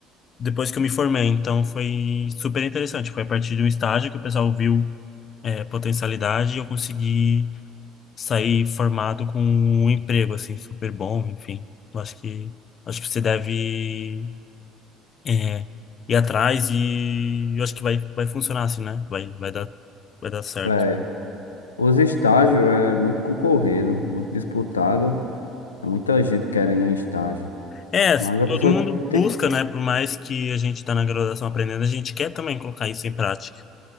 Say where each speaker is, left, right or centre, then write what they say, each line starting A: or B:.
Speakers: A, on the left (about 40°); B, on the left (about 80°).
A: depois que eu me formei. Então foi super interessante, foi a partir de um estágio que o pessoal viu é, potencialidade e eu consegui sair formado com um emprego assim super bom, enfim. Eu acho que acho que você deve é, ir atrás e eu acho que vai vai funcionar assim, né? Vai vai dar vai dar certo.
B: É, os estágios é muito concorrido, muito disputado. É muita gente querendo um estágio.
A: É,
B: Mas a
A: todo
B: pessoa
A: mundo busca,
B: tem.
A: né? Por mais que a gente está na graduação aprendendo, a gente quer também colocar isso em prática.